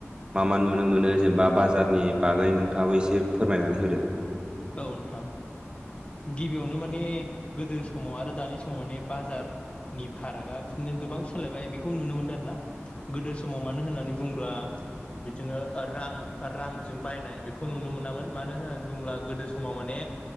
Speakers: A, on the right; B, on the left.
A: मा मा नुनो मोनो जेनेबा बाजारनि बागै नोंथाङाबो एसे फोरमायनानै होदो
B: औ नोंथां गिबियावनो माने गोदो समाव आरो दानि समाव माने बाजार नि फारागा बिदिनो गोबां सोलायबाय बेखौ नुनो मोनदों आरो ना गोदो समाव मानो होननानै बुंब्ला
A: औ
B: बिदिनो रां रांजों बायनाय बेखौ नुनो मोनामोन मानो होननानै बुङोब्ला गोदो समाव माने